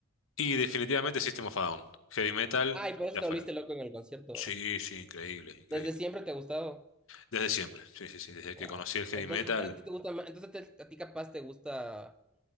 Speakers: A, on the left; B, in the centre.
A: Y definitivamente System of a Down, heavy metal,
B: Ay, por eso
A: ya afuera.
B: te volviste loco en el concierto.
A: Sí, sí, increíble, increíble.
B: ¿Desde siempre te ha gustado?
A: Desde siempre, sí, sí, sí, desde
B: Wow.
A: que conocí el heavy
B: O sea,
A: metal,
B: entonces, a ti te gusta más, entonces te- a ti capaz te gusta